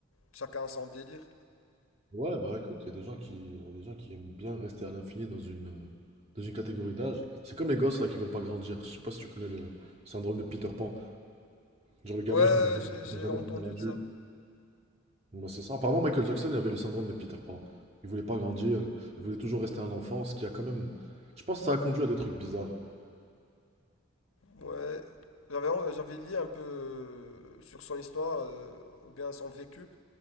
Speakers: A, on the left (about 85°); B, on the right (about 30°).
A: Chacun son délire.
B: Ouais, bah écoute, il y a des gens qui, il y a des gens qui aiment bien rester à l'infini dans une, euh, dans une catégorie d'âge. C'est comme les gosses là qui veulent pas grandir. Je sais pas si tu connais le syndrome de Peter Pan. Genre le gamin
A: Ouais,
B: qui ne veut
A: j'ai j'ai
B: jamais
A: entendu
B: devenir adulte.
A: de ça.
B: bah c'est ça. Apparemment, Michael Jackson il avait le syndrome de Peter Pan. Il voulait pas grandir, il voulait toujours rester un enfant, ce qui a quand même... Je pense que ça a conduit à des trucs bizarres.
A: Ouais, j'avais euh, j'avais lu un peu euh, sur son histoire euh, ou bien son vécu.